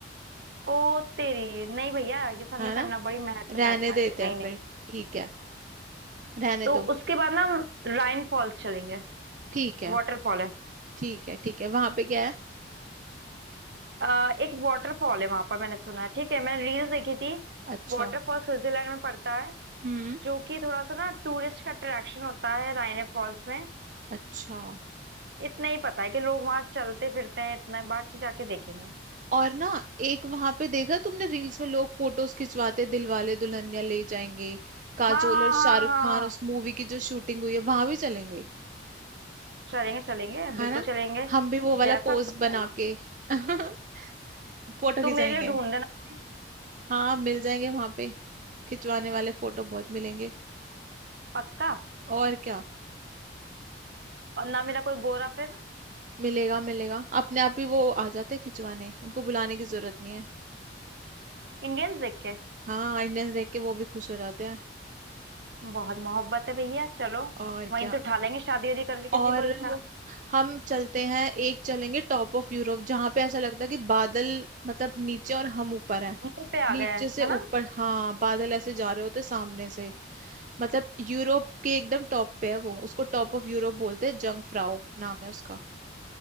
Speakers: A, on the right; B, on the right.
A: ओ तेरी नहीं भैया ये सब
B: है
A: नहीं करना
B: ना
A: बड़ी मेहनत
B: रहने
A: का पैसा
B: देते
A: है नहीं
B: हैं
A: नहीं
B: फिर ठीक है रहने
A: तो
B: दो
A: उसके बाद ना हम राइन फॉल्स चलेंगे
B: ठीक है
A: वाटरफॉल है
B: ठीक है ठीक है वहां पे क्या है
A: अ, एक वाटरफॉल है वहां पर मैंने सुना है ठीक है मैंने रील्स देखी थी
B: अच्छा
A: वाटरफॉल स्विट्जरलैंड में पड़ता है
B: हम्म
A: जो कि थोड़ा सा ना टूरिस्ट का अट्रैक्शन होता है राइन फॉल्स में
B: अच्छा
A: इतना ही पता है कि लोग वहां चलते फिरते हैं इतना बाकी जाके देखेंगे
B: और ना एक वहां पे देखा तुमने रील्स में लोग फोटोज खिंचवाते दिल वाले दुल्हनिया ले जाएंगे काजोल
A: हाँ हाँ
B: और
A: हाँ
B: शाहरुख
A: हाँ
B: खान
A: हाँ
B: उस मूवी की जो शूटिंग हुई है वहां भी चलेंगे
A: चलेंगे चलेंगे
B: है
A: बिल्कुल
B: ना
A: चलेंगे
B: हम भी वो वाला
A: जैसा
B: पोज
A: तुम
B: बना
A: बोलो
B: के <laughs> फोटो
A: तुम
B: खिंचाएंगे
A: मेरे लिए ढूंढ देना कोई
B: हाँ मिल जाएंगे वहां पे खिंचवाने वाले फोटो बहुत मिलेंगे
A: पक्का
B: और क्या
A: और ना मेरा कोई गोरा फिर
B: मिलेगा मिलेगा अपने आप ही वो आ जाते हैं खिंचवाने उनको बुलाने की जरूरत नहीं है
A: इंडियंस देख के
B: हाँ आइडनेस देख के वो भी खुश हो जाते हैं
A: बहुत मोहब्बत है भैया चलो
B: और
A: वहीं
B: क्या
A: से उठा लेंगे शादी उदी करके
B: और
A: किसी को एक साथ
B: हम चलते हैं एक चलेंगे टॉप ऑफ यूरोप जहां पे ऐसा लगता है कि बादल मतलब नीचे और हम ऊपर हैं
A: मुंह पे आ
B: नीचे
A: गया है
B: से
A: है ना
B: ऊपर हाँ बादल ऐसे जा रहे होते सामने से मतलब यूरोप के एकदम टॉप पे है वो उसको टॉप ऑफ यूरोप बोलते हैं जंग फ्राउ नाम है उसका